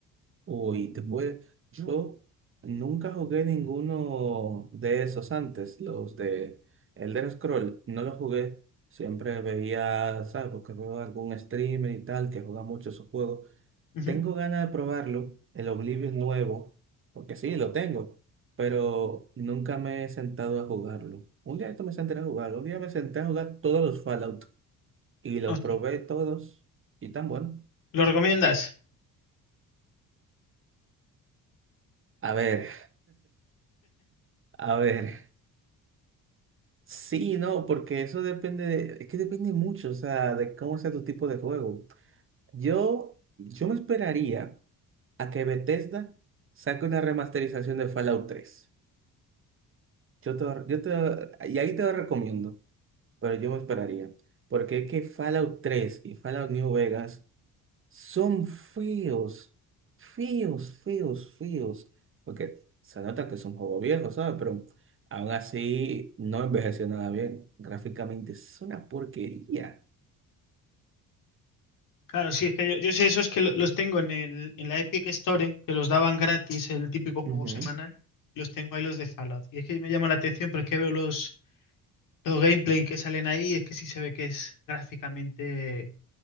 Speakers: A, on the right; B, on the left.
A: Uy, te puede... Yo nunca jugué ninguno de esos antes, los de Elder Scroll, no los jugué. Siempre veía, ¿sabes? Porque veo algún streamer y tal que juega mucho esos juegos.
B: Ujú.
A: Tengo ganas de probarlo, el Oblivion nuevo, porque sí, lo tengo, pero nunca me he sentado a jugarlo. Un día esto me senté a jugarlo, un día me senté a jugar todos los Fallout y los
B: Hostia.
A: probé todos y tan bueno.
B: ¿Lo recomiendas?
A: A ver, a ver. Sí, no, porque eso depende de, es que depende mucho, o sea, de cómo sea tu tipo de juego. Yo, yo me esperaría a que Bethesda saque una remasterización de Fallout 3. Yo te, yo te, y ahí te lo recomiendo, pero yo me esperaría, porque es que Fallout 3 y Fallout New Vegas son feos, feos, feos, feos. Porque se nota que es un juego viejo, ¿sabes? Pero aún así no envejeció nada bien. Gráficamente es una porquería.
B: Claro, sí, es que yo, yo sé esos que lo- los tengo en el, en la Epic Store, eh, que los daban gratis, el típico juego
A: Ujú.
B: semanal, los tengo ahí los de Fallout. Y es que me llama la atención, pero es que veo los, los gameplay que salen ahí y es que sí se ve que es gráficamente